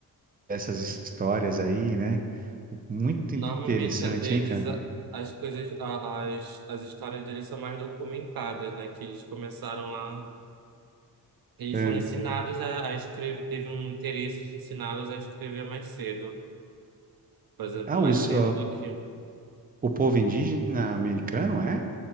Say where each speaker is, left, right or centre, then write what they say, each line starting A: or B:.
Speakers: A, on the right; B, on the right.
A: dessas histórias aí, né? Muito interessante,
B: Normalmente a deles,
A: hein, cara?
B: a- as coisas, a- as, as histórias deles são mais documentadas, né? Que eles começaram a. Eles
A: É.
B: foram ensinados a, a escrever, teve um interesse de ensiná-los a escrever mais cedo. Por exemplo,
A: Ah,
B: mais
A: os,
B: cedo
A: ah,
B: do que.
A: O povo indígena americano é?